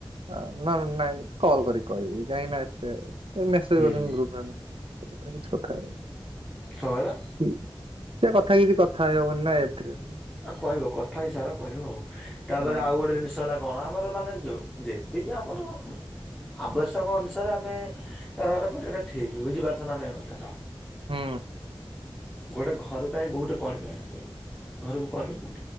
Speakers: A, on the right; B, in the centre.
A: ହ ନନ ନାଇଁ କଲ୍ କରିିକ କହିବି କାହିଁକ ନା ଏଥିରେ ଏଇ ମେସେସ
B: ହୁଁ
A: କରଚନ୍ତୀ ଗ୍ରୁପ୍ ରେନା କଥା କିଛି କଥା
B: କଁ ଗଲ?
A: ସେ କଥା କିିଥି କଥା ହେଇ ହେବନି ନା ଏଥିରେ
B: ଆ କହିବ କଥା ହିସାର କହିବ ଆଉ ତାପରେ
A: ହଁ
B: ଆଉ ଗୋ ଗୋଟେ ଜିନିଷ ହେଲା କଣ ଆମର ମାନେ ଯେତିକି ଆମର ଆବଶ୍ୟକ ଅନୁସାରେ ଆମେ କାରାବାର କରିବାଟା ଠିକ ବୁଝିପାରୁଚ ନା ନାଇଁ କଥାଟା?
A: ହୁଁ।
B: ଗୋଟେ ଘରକୁ ଆଣ ବହୁତେ କଣିବା ଆଣେ କହିଲ? ଘରକୁ କଣିବ ବହୁ